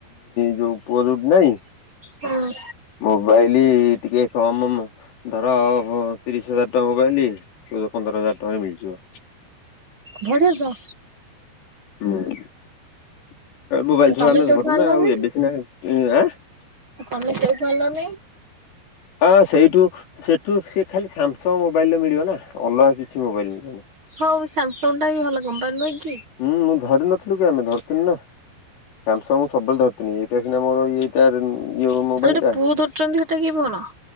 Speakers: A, on the left; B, on the right.
A: ଯୋଉ ପୁଅ ଯୋଉଠି ନାହିଁ
B: ହୁଁ।
A: ମୋବାଇଲ ଇଲି ଟିକେ କମ୍ ମ ଧର ଆ ତିରିଶ ହଜାର ଟଙ୍କା ମୋବାଇଲି କେ ପନ୍ଦର ହଜାର ଟଙ୍କାରେ ମିଳିଯିବ।
B: ବଢିଆ
A: ହୁଁ <inaudible> ମୋବାଇଲ
B: ତ ତମେ
A: ସବୁ ଆମେ
B: ସେଇଠୁ
A: ଧରୁୁନା
B: ଆଣିଲନି
A: ଆଉ ଏବେ ସିନା <unintelligible>
B: ତମେ ସେଉଠୁ ଆଣିଲନି?
A: ହଁ ସେଇଠୁ ସେଠୁ ସେ ଖାଲି ସ୍ୟାମସଙ୍ଗ୍ ମୋବାଇଲ୍ ମିଳିବ ନା ଅଲଗା କିଛି ମୋବାଇଲ୍ ମିଳିବନି।
B: ହଉ ସାମସଙ୍ଗଟା ବି ଭଲ କମ୍ପାନୀ ନୁହଁ କି?
A: ହୁଁ ମୁଁ ଧରି ନଥ୍ <unintelligible> ଧରିଥିଲି ନା। ସାମସଙ୍ଗ୍ ମୁଁ ସବୁବେଳେ ଧରୁଥିଲି ଏଇଟା ସିନା ମୋର ଇଏ <inaudible> <unintelligible> ମୋବାଇଲଟା,
B: ଆଉ ଯୋଉଟା ପୁଅ ଧରୁଛନ୍ତି ସେଟା କି ଭଲ।